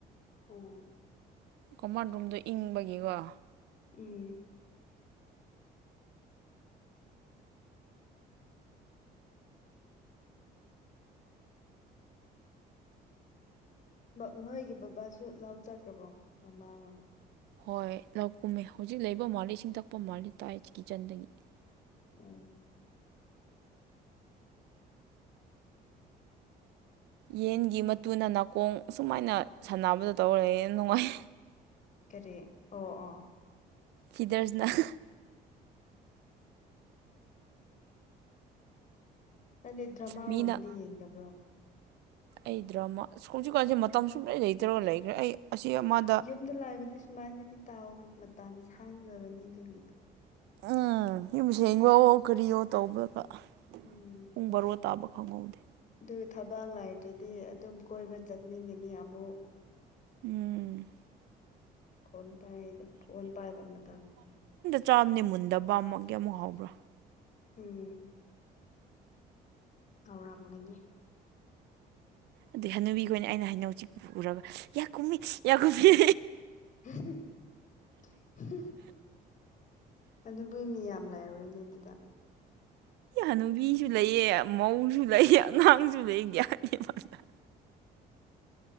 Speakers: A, on the left; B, on the right.
A: ꯑꯣ
B: ꯀꯃꯥꯟ ꯔꯣꯝꯗꯣ ꯏꯪꯕꯒꯤꯀꯣ
A: ꯎꯝ ꯅꯣꯏꯒꯤ ꯕꯕꯥꯁꯨ ꯂꯥꯎ ꯆꯠꯈ꯭ꯔꯕꯣ ꯃꯃꯥꯒ
B: ꯍꯣꯏ ꯂꯧ ꯀꯨꯝꯃꯦ ꯍꯧꯖꯤꯛ ꯂꯩꯕ ꯃꯥꯂꯦ ꯏꯁꯤꯡ ꯊꯛꯄ ꯃꯥꯂꯦ ꯇꯥꯏ ꯀꯤꯠꯆꯟꯗꯒꯤ
A: ꯎ
B: ꯌꯦꯟꯒꯤ ꯃꯇꯨꯅ ꯅꯥꯀꯣꯡ ꯑꯨꯃꯥꯏꯅ ꯁꯥꯟꯅꯕꯗꯣ ꯇꯧꯔꯦ ꯌꯥꯝ ꯅꯨꯡꯉꯥꯏ
A: ꯀꯔꯤ ꯑꯣ ꯑꯣ
B: ꯐꯤꯗꯔꯁꯅ
A: ꯅꯪꯗꯤꯦ ꯗ꯭ꯔꯃꯥꯒꯨꯝꯗꯤ
B: ꯃꯤꯅ
A: ꯌꯦꯡꯗꯕ꯭ꯔꯣ
B: ꯑꯩ ꯗ꯭ꯔꯃꯥ ꯍꯧꯖꯤꯛꯀꯥꯟꯁꯦ ꯃꯇꯝ ꯁꯨꯡꯂꯩ ꯂꯩꯇ꯭ꯔꯒ ꯂꯩꯈ꯭ꯔꯦ ꯑꯩ ꯑꯁꯤ ꯑꯃꯗ
A: ꯌꯨꯝꯗ ꯂꯥꯛꯕꯗꯤ ꯁꯨꯃꯥꯏꯅꯗꯤ ꯇꯥꯎꯕꯅꯦ ꯃꯇꯁ ꯍꯥꯡꯗꯕꯅꯦ ꯑꯗꯨꯒꯤꯗ
B: ꯎꯝ ꯌꯨꯝ ꯁꯦꯡꯕꯑꯣ ꯀꯔꯤꯌꯣ ꯇꯧꯕꯒ
A: ꯎꯝ
B: ꯄꯨꯡ ꯕꯥꯔꯣ ꯇꯥꯕ ꯈꯪꯍꯧꯗꯦ
A: ꯑꯗꯨꯒ ꯊꯕꯛ ꯂꯥꯏꯗꯗꯤ ꯑꯗꯨꯝ ꯀꯣꯏꯕ ꯆꯠꯅꯤꯡꯒꯅꯤ ꯑꯃꯨꯛ
B: ꯎꯝ
A: ꯐꯣꯟ ꯄꯥꯏꯗ ꯐꯣꯟ ꯄꯥꯏꯕ ꯃꯇꯝꯗ
B: ꯆ꯭ꯔꯥꯝꯅꯤ ꯃꯨꯟꯕ ꯑꯃꯨꯛ ꯑꯃꯨꯛ ꯍꯥꯎꯕ꯭ꯔꯥ
A: ꯎꯝ ꯍꯧꯥꯎꯔꯝꯒꯅꯤ
B: ꯑꯗꯨꯩ ꯍꯅꯨꯕꯤꯈꯅ ꯑꯩꯅ ꯍꯩꯅꯧꯁꯤ ꯄꯨꯔꯒ ꯌꯥ ꯀꯨꯝꯃꯤ ꯌꯥ ꯀꯨꯝꯃꯤ
A: <inaudible> ꯑꯗꯨꯕꯨꯒꯤ ꯃꯤ ꯌꯥꯝ ꯂꯩꯥꯏꯔꯔꯅꯦ ꯑꯗꯨꯗ
B: ꯏꯅꯨꯕꯤꯁꯨ ꯂꯩꯑ ꯃꯧꯁꯨ ꯂꯩꯑ ꯑꯉꯥꯡꯁꯨ ꯂꯩ ꯒ꯭ꯌꯥꯅꯤ ꯐꯖꯅ